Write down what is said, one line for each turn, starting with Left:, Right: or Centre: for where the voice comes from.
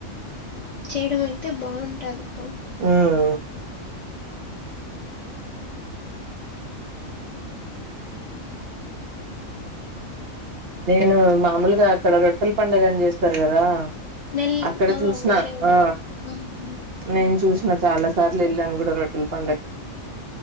Left: చేయడం అయితే బాగుంటది అదికో
Right: ఉ నేను మామూలుగా అక్కడ రొట్టెల పండుగ అని చేస్తారు కదా
Left: నెల్
Right: అక్కడ
Left: ఆ!
Right: చూసిన
Left: వేరే
Right: ఆ
Left: హ్మ్.
Right: నేను చూసిన చాలా సార్లు వెళ్ళాను కూడా రొట్టెల పండగకి